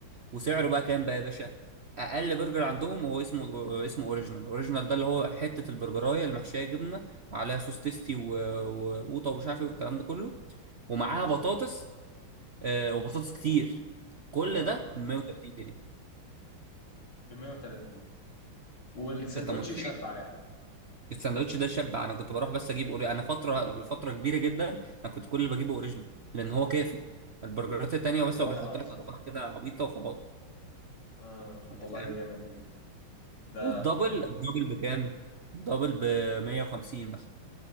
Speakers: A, on the right; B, on the left.
A: وسعره
B: امم
A: بقى كام بقى يا باشا اقل برجر عندهم هو اسمه اسمه اوريجينال اوريجينال ده اللي هو حتة البرجراية المحشية جبنة وعليها سوس تيستي و- وقوطة ومش عارف ايه والكلام ده كله ومعاها
B: ماشي
A: بطاطس آه، وبطاطس كتير كل
B: اه
A: ده 130 جنيه
B: ب 130 والساندوتش
A: انت متخيل
B: يشبع يعني
A: الساندوتش ده شبع انا كنت بروح بس اجيب أوري... انا فتره لفتره كبيره جدا انا كنت كل اللي بجيبه اوريجينال لان هو كافي البرجرات التانية
B: والله
A: بس هو بيحط
B: العظيم
A: لك اضافات كده عبيطه وخلاص
B: اه طب
A: انت
B: والله
A: فاهم
B: ده جامد جدا ده
A: والدبل الدبل بكام الدبل ب 150 مثلا